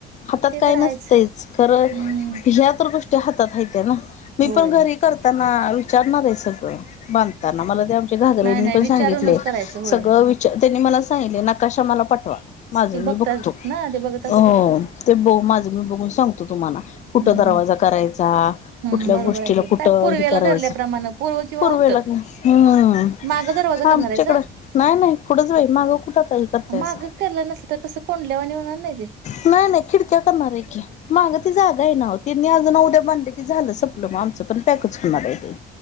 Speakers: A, on the left; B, on the right.
A: हातात
B: ते
A: काय
B: तर
A: नसतच?
B: आहेच
A: खर
B: हम्म
A: ह्या तर गोष्टी हातात हाइता ना, मी
B: होय
A: पण घरी करताना विचारणार आहे सगळं बांधताना मला त्या घागरनी
B: नाही नाही
A: पण
B: विचारूनच
A: सांगितले
B: करायचं होय
A: सगळं विचार त्यांनी मला सांगितले नकाशा मला पाठवा. माझं
B: ते
A: मी
B: बघतात
A: बघतो.
B: ना ते बघत असतील
A: अ
B: की
A: ते बघ माझं मी बघून सांगतो तुम्हाला, कुठं
B: हम्म
A: दरवाजा करायचा?
B: हम्म
A: कुठल्या
B: बरोबर
A: गोष्टीला
B: आहे की
A: कुठं
B: काय पूर्वेला
A: हे करायचं.
B: धरल्याप्रमाणे पूर्व किंवा
A: पूर्वेला
B: उत्तर
A: का हम्
B: माग दरवाजा
A: हा आमच्याकडं
B: करणार आहेसा
A: नाही नाही पुढंच बाई मागं कुठं हे करताइसा
B: माग केला नसल तर कसं कोंडल्यावाणी होणार नाही ते
A: नाही नाही. खिडक्या करणार आहे की, माग ती जागा आहे ना तिनी आज ना उद्या बांधले की, झालं म्हणून आमच बी पॅकच होणार आहे. बाई